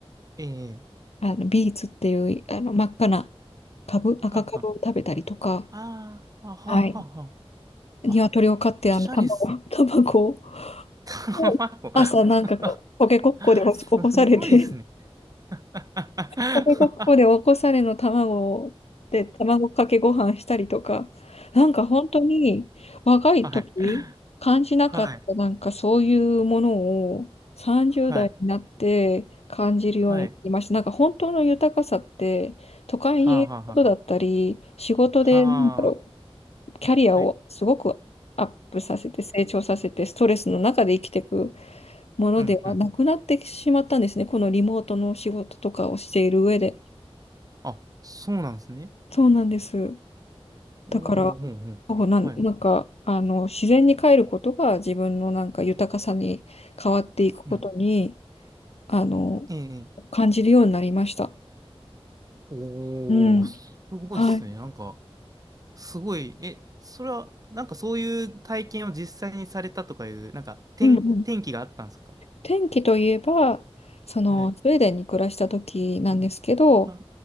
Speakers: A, on the right; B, on the left.
A: ええ
B: あの、ビーツっていうあの真っ赤な株、赤株を食べたりとか、
A: はあはあ。ああ、はあはあは
B: はい。鶏を飼ってあの、
A: あ。あ、おしゃれっすね。
B: 卵、<laughs> 卵
A: 卵。
B: を朝なんかこうポケコッコで起こされて、
A: <laughs> すごいっすね。<laughs>
B: ここがここでおこされの卵で卵かけご飯したりとか、なんか本当に若い時感じなかったなんかそういうものを30代になって感じるようになりました。
A: はい。はい。はい。はい。
B: なんか本当の豊かさって都会にいることだったり、
A: はあはあは
B: 仕事でなんだろ
A: あ。はあ。
B: う、キャリアをすごくアップさせて成長させてストレスの中で生きていく
A: はい。
B: ものではなくなってしまったんですね。
A: うんうん。
B: このリモートの仕事とかをしている上で。
A: あ、そうなんですね。
B: そうなんです。
A: おー、
B: だから、
A: うんうん。
B: そうなん、
A: はい。
B: なんか、あの、自然に帰ることが自分のなんか豊かさに変わっていくことに、
A: うん。
B: あの、
A: ええ、ええ
B: 感じるようになりました。
A: おー、
B: うん。
A: すごいっすね。
B: はい。
A: なんか、すごい、え、それは、なんかそういう体験を実際にされたとかいう、なんか、天、
B: うんうん。
A: 天気があったんですか
B: 天気といえば、その、
A: はい。
B: スウェーデンに暮らした時なんですけど、
A: は、